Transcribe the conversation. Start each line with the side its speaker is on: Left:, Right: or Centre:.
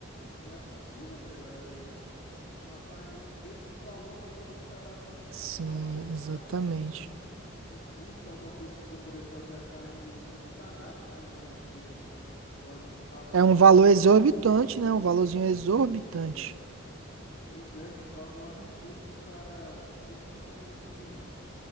Left: Não é possível, velho. É- é uma carne desse valor todo, os caras
Right: Sim,
Left: errar o preparo
Right: exatamente.
Left: ainda, não tem um, um curso, alguma coisa assim pra poder fazer a carne, não estragar a carne, né, velho? Porque, pô, a gente paga um
Right: É
Left: valor
Right: um valor
Left: absurdo.
Right: exorbitante, né? Um valorzinho exorbitante.
Left: Pois é, a gente paga um absurdo pro cara simplesmente